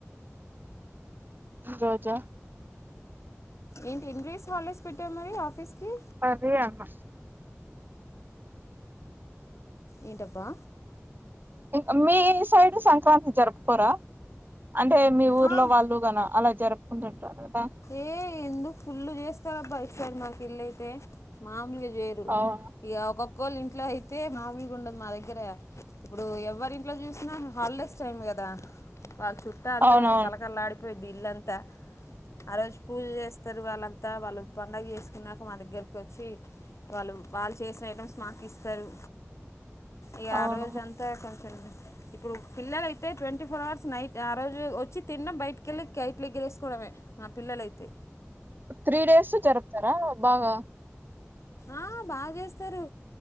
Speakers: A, on the right (about 40°); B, on the left (about 70°).
A: ఈరోజా
B: ఏంటి ఎండ్రీస్ హాలిడేస్ పెట్టావ్ మరి ఆఫీస్ కి
A: కర్రీ అన్న
B: ఏంటబ్బా
A: ఇ మీ సైడ్ సంక్రాంతి జరుపుకోర. అంటే మీ ఊర్లో
B: ఆ
A: వాళ్ళు గన అలా జరుపుకుంటుంటారు. కదా
B: ఏ ఎందుకు ఫుల్ చేస్తారబ్బ ఎటుసైడ్ మాకి ఇల్లుయితే మామూలుగ ఏరు
A: అవును
B: ఇగ ఒక్కొకోళ్ళ ఇంట్లో అయితే మాము ఉండదు మా దగ్గర ఇప్పుడు ఎవ్వరి ఇంట్లో చూసినా హాలిడేస్ టైమ్ గద వాల్ చుట్టతో
A: అవునవును
B: కళకళ లడిపోయిద్ది ఇల్లంతా ఆ రోజు పూజ చేస్తారు వాళ్ళంత వాళ్ళు పండుగ చేసుకున్నాక మా దగ్గరకి వచ్చి వాళ్ళు వాళ్ చేసిన ఐటమ్స్ మాకు ఇస్తారు
A: <inaudible>
B: ఇగ
A: అవును
B: ఆ రోజంత కొంచెం
A: <inaudible>
B: ఇప్పుడు పిల్లల అయితే ట్వంటీ ఫోర్ అవర్స్ నైట్ ఆ రోజు వచ్చి తినడం బయటికెళ్లి కైట్ ఎగిరేసుకోవడమే మా పిల్లలైతే
A: త్రీ డేస్ జరుపుతర బాగ
B: అ బాగేస్తారు